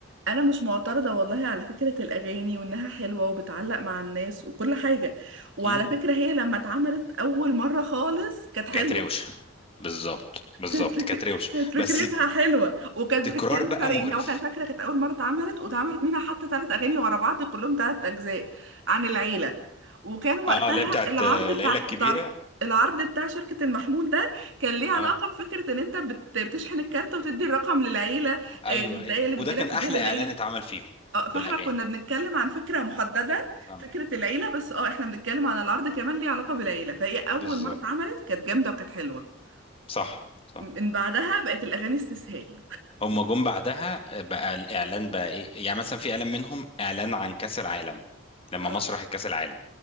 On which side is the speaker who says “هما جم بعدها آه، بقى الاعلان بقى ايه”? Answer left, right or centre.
Left